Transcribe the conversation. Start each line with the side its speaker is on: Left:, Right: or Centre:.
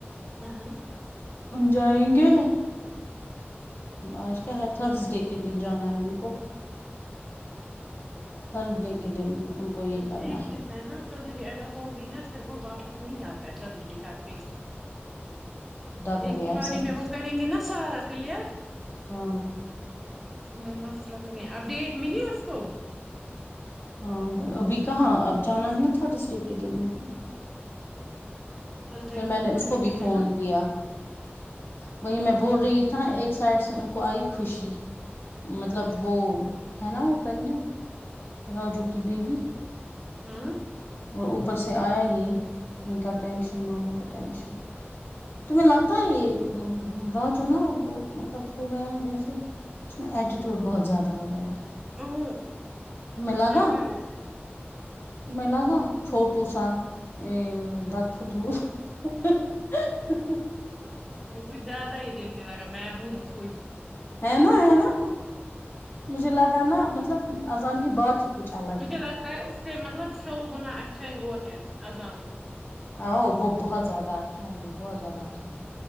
Centre: ہاں ہاں
Left: ہم جائیں گے آج کیا ہے تھرز ڈے کے دن جانا ہے ان کو تھرزڈے کے دن ان کو یہ
Centre: لیکن
Left: کرنا
Centre: ایک چیز ہے نا سب بھی اگر ہوگی نا پھر وہ واپس نہیں آتا پ سبزی بھی ک کے
Left: خدا کرے
Centre: ایک ہی
Left: ایسا
Centre: باری میں وہ کریں گے نا سارا کلیئر
Left: ہاں
Centre: اس میں مسئلہ نہیں ہے اپڈیٹ ملی اس کو
Left: اور ابھی کہاں اب جانا ہے نا تھرسڈے کے دن ان کو
Centre: تھرس ڈے
Left: پھر میں نے اس
Centre: ہمیں
Left: کو بھی فون
Centre: ہے نا
Left: کیا وہی میں بول رہی تھا نا ایک سائڈ سے ان کو آئی خوشی مطلب
Centre: اچھا
Left: وہ ہے نا وہ پرگنٹ راجو کی بیوی
Centre: ہاں
Left: اور اوپر سے آیا یہ ان کا ٹینشن ماموں کا ٹینشن تمہیں لگتا ہے یہ رہا جو نا وہ مطلب ہو گیا ہے جیسے اس میں ایٹیٹیوڈ بہت زیادہ آ گیا ہے
Centre: ہوں
Left: تمیں لگا
Centre: ہے کیا وہ
Left: تمیں لگا چھوٹو سا ا بات فھول ہو دفت
Centre: وہ کچھ زیادہ ہی دیکھنے لگا میں ہوں کھ
Left: ہے نا ہے نا مجھے لگ نا مطلب اذان کی بات ہی کچھ الگ
Centre: مجھے لگتا ہے اس سے مطلب سو گنا اچ وہ ہے عذان
Left: آ وہ بہت زیادہ اچ چائے میں بہت زیادہ اچھا ہے